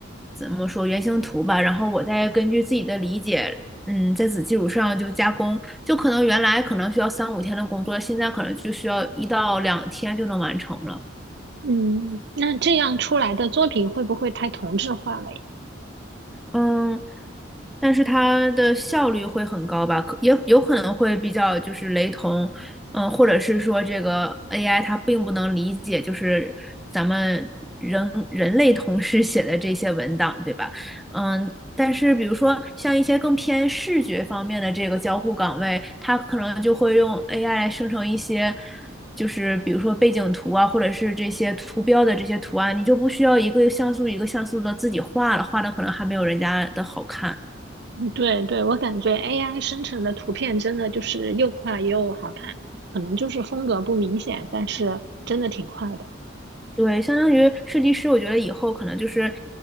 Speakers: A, in the centre; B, on the right (about 60°).
A: 怎么说原型图吧，然后我再根据自己的理解嗯，在此基础上就加工，就可能原来可能需要三五天的工作，现在可能就需要一到两天就能完成了。
B: 嗯，那这样出来的作品会不会太同质化了呀？
A: 嗯，但是它的效率会很高吧？可也有可能会比较就是雷同，嗯，或者是说这个 AI 它并不能理解就是咱们人人类同事写的这些文档，对吧？嗯。但是，比如说像一些更偏视觉方面的这个交互岗位，它可能就会用 AI 来生成一些。就是比如说背景图啊，或者是这些图标的这些图案，你就不需要一个像素一个像素的自己画了，画的可能还没有人家的好看。
B: 对对，我感觉 AI 生成的图片真的就是又快又好看，可能就是风格不明显，但是真的挺快的。
A: 对，相当于设计师，我觉得以后可能就是